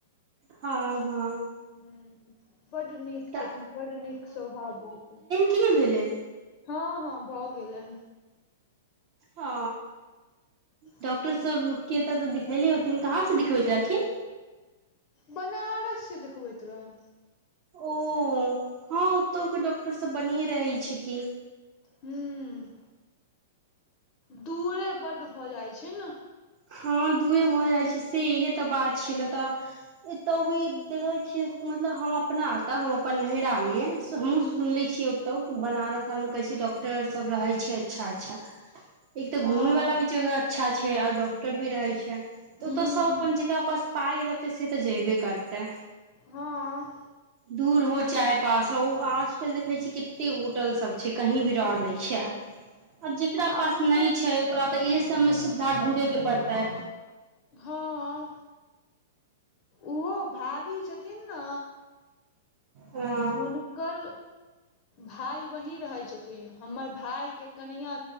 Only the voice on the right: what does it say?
हँ, हँ।
तऽ
की भेलै।
हँ डॉक्टर
सब के एतऽ तऽ दिखले होथिन कहाँ से दिखबैत रहथिन
ओ हँ ओतौके डॉक्टर सब बनिये रहै छै कि
हँ दूए भऽ जाइ छै से इएहे तऽ बात छै ने तऽ एतौ भी देखे छीय मतलब हम अपना एताऽ हम अपन नैहरा मे हमहु
सुनले छियै ओतहु कि बनारस आरमे कहै छिय डॉक्टरसभ रहै छै अच्छा अच्छा एक तऽ घूमेय
वाला भी जगह अच्छा छै आर डॉक्टर भी रहे छै तऽ
ओतो सब अपन जकरा पास पाइ रहतै से तऽ जेबे करतै
दूर हो चाहे पास हो ओ आजकल देखै छी कते होटल सब छै कहीं भी रहलै छै आद मी आ जेकरा
पास
नहि छै ओकरा तऽ इहे सबमे सुविधा ढूंढे के पड़तै
हँ